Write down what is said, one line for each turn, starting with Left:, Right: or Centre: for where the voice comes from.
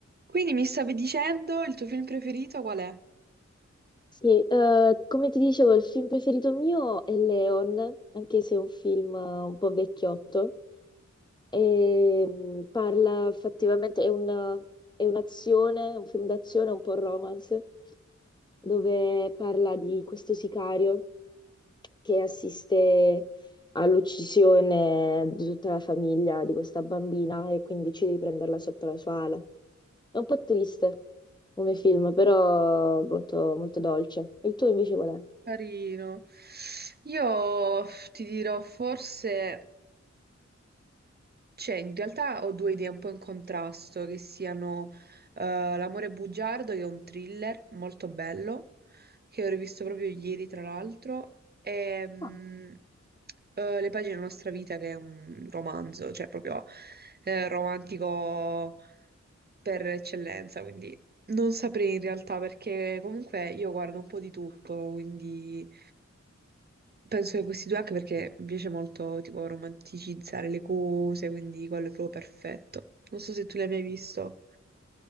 Right: Quindi mi stavi dicendo il tuo film preferito qual è?
Left: Sì, eh, come ti dicevo, il film preferito mio è Leon, anche se è un film eh, un po' vecchiotto. E, mm, parla effettivamente, è un- è un'azione, un film d'azione, un po' romance, dove parla di questo sicario che assiste all'uccisione di tutta la famiglia di questa bambina e quindi decide di prenderla sotto la sua ala. È un po' triste come film, però molto, molto dolce. Il tuo invece qual è?
Right: Carino. Io ti dirò forse, cioè in realtà ho due idee un po' in contrasto, che siano eh, L'amore bugiardo, che è un thriller molto bello, che ho rivisto proprio ieri tra l'altro, e mm,
Left: Ah,
Right: eh, Le pagine della nostra vita, che è un romanzo, cioè proprio eh, romantico per eccellenza, quindi non saprei in realtà perché comunque io guardo un po' di tutto, quindi penso che questi due anche perché mi piace molto tipo romanticizzare le cose, quindi quello è proprio perfetto. Non so se tu l'hai mai visto.